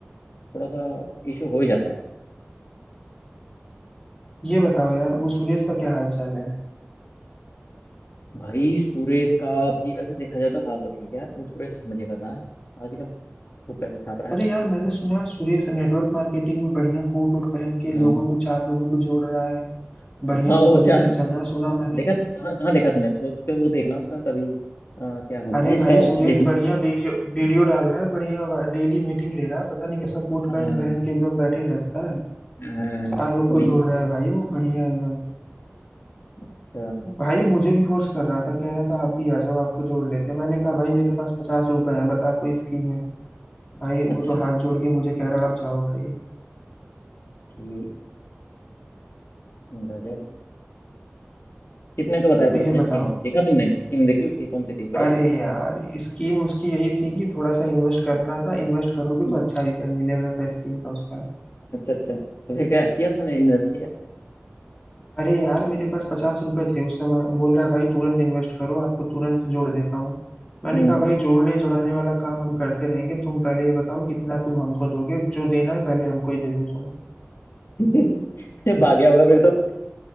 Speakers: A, on the left; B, on the left.
A: थोड़ा सा इशू हो ही जाता है
B: ये बताओ यार वो सुरेश का क्या हाल चाल है
A: भाई सुरेश का भी वैसे देखा जाए तो हाल तो ठीक है यार कुछ सुरेश मजे कर रहा है आजकल खूब पैसे छाप रहा
B: अरे
A: है
B: यार मैंने सुना है सुरेश नेटवर्क मार्केटिंग में बढ़िया कोट वोट पहन के
A: हाँ
B: लोगों को चार लोगों को जोड़ रहा है
A: हाँ
B: बढ़िया उसका
A: वो चार
B: बिजनेस चल रहा है सुना मैंने
A: देखा कहाँ कहाँ देखा तूने उसके वो देखना उसका कभी आ, क्या बोलते
B: अरे
A: हैं इंस्टा
B: भाई सुरेश
A: उसका देखना
B: बढ़िया वीडियो वीडियो डाल रहा है बढ़िया डेली मीटिंग ले रहा है पता नहीं कैसा कोट
A: हाँ,
B: पैंट पहन के एकदम बैठे रहता है
A: हाँ,
B: चार लोग
A: वही
B: को जोड़ रहा है भाई वो बढ़िया एकदम
A: अच्छा
B: भाई मुझे भी फोर्स कर रहा था कह रहा था आप भी आ जाओ आपको जोड़ लेते हैं। मैंने कहा भाई मेरे पास पचास रुपए हैं बता कोई स्कीम है भाई
A: अच्छा
B: वो तो हाथ जोड़ के मुझे कह रहा आप जाओ भाई
A: ठीक गजब कितने का बताया फिर
B: तो ये
A: उसने
B: बताओ
A: स्कीम देखा तुमने स्कीम देखी उसकी कौन सी थी बढ़िया
B: अरे
A: थी
B: यार स्कीम उसकी यही थी कि थोड़ा सा इन्वेस्ट करना था इन्वेस्ट करोगे
A: हम्म।
B: तो अच्छा रिटर्न मिलेगा ऐसा स्कीम था उसका
A: अच्छा अच्छा तो फिर क्या किया तुमने इन्वेस्ट किया
B: अरे यार मेरे पास पचास रुपए थे उस समय बोल रहा है भाई तुरंत इन्वेस्ट करो आपको तुरंत जोड़ देता हूँ मैंने
A: हम्म
B: कहा भाई जोड़ने जोड़ाने वाला काम हम करते रहेंगे तुम पहले ये बताओ कितना तुम हमको दोगे जो देना है पहले हमको ही दे दो तुम
A: <laughs> भाग गया होगा फिर तो